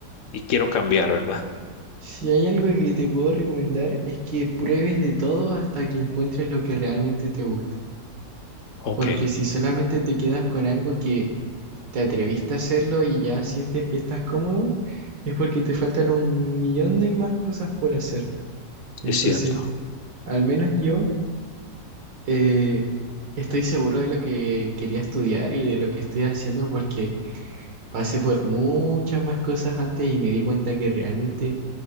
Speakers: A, on the left; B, on the right.
A: y quiero cambiar, ¿verdad?
B: Si hay algo que te puedo recomendar es que pruebes de todo hasta que encuentres lo que realmente te gusta.
A: Ok,
B: Porque si solamente te quedas con algo que te atreviste a hacerlo y ya sientes que estás cómodo, es porque te faltan un millón de más cosas por hacer. Entonces,
A: es cierto.
B: al menos yo eh, estoy seguro de lo que quería estudiar y de lo que estoy haciendo porque pasé por muchas más cosas antes y me di cuenta que realmente